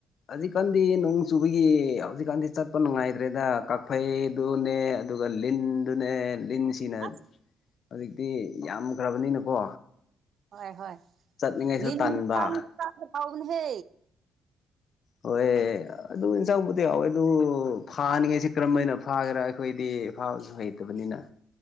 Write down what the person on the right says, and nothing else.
ꯑꯁ
ꯍꯣꯏ ꯍꯣꯏ
ꯂꯤꯟ
<unintelligible> ꯅꯦꯍꯦ